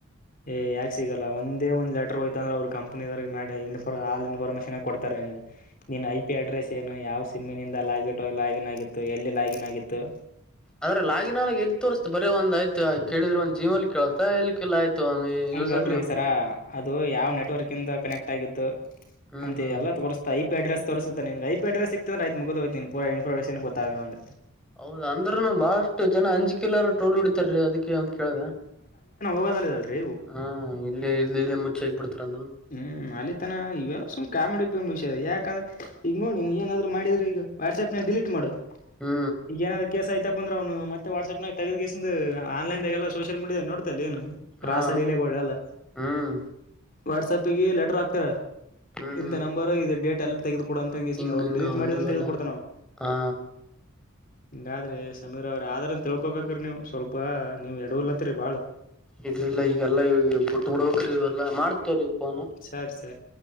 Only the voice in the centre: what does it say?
ಆದ್ರ ಲಾಗಿನಾಗಿ ಎಲ್ಲಿ ತೋರಸ್ತ ಬರೇ ಒಂದ್ ಆಯ್ತು ಕೇಳಿದ್ರ ಒಂದ ಜೀಮೇಲ್ ಕೇಳತ ಇಲ್ಲಿ ಕಿಲ್ಲಾ ಆಯ್ತು.
ಯೂಸರ್ ನೇಮ್
ಹ್ಮ್
ಹ್ಮ್
ಹ್ಮ್
ಹೌದ ಅಂದ್ರೂನು ಬಹಳಷ್ಟು ಜನ ಅಂಜಿಕಿಲ್ಲರಾ ಟ್ರೋಲ್ ಹೊಡೀತಾರ ರಿ ಅದಕ್ಕೆ ಅಂತ ಕೇಳದ.
ಹಾ ಇಲ್ಲಿ ಇಲ್ಲಿ ಇಲ್ಲಿ ಮುಚ್ಚೆ ಹಗ್ ಬಿಡ್ತಾರಂತ
ಹ್ಮ
ಹಾ
ಹ್ಮ್
ಹ್ಮ್
ಹಿಂಗ
ಹಿಂಗ
ಅವನ್ನಿವೆಲ್ಲ
ಹಾ
ಇರ್ಲಿಲ್ಲ ಈಗಲ್ಲ ಬಿಟ್ಟ ಬಿಡ್ಬೇಕ್ರ ಇವೆಲ್ಲ ಎಲ್ಲಾ ಮಾಡ್ತಾಡ್ರಿ ಪೋನ್.